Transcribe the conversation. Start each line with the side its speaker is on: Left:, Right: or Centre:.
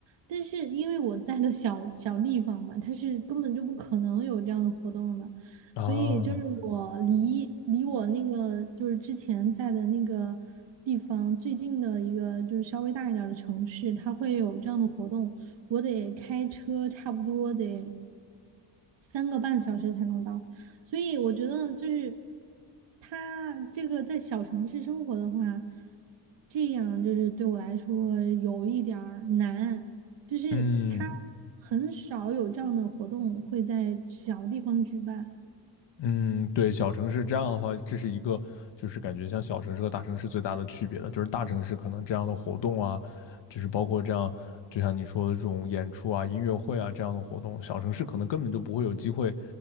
Right: 但是因为我在的小小地方嘛，它是根本就不可能有这样的活动的嘛所以就是我离离我那个就是之前在的那个地方最近的一个就是稍微大一点儿的城市，
Left: 啊，
Right: 它会有这样的活动，我得开车差不多得三个半小时才能到。所以我觉得就是他这个在小城市生活的话，这样就是对我来说有一点儿难，就是他很少有这样的活动会在小地方举办。
Left: 嗯。嗯，对，小城市这样的话，这是一个就是感觉像小城市和大城市最大的区别的，就是大城市可能这样的活动啊，就是包括这样，就像你说的这种演出啊、音乐会啊这样的活动，小城市可能根本就不会有机会，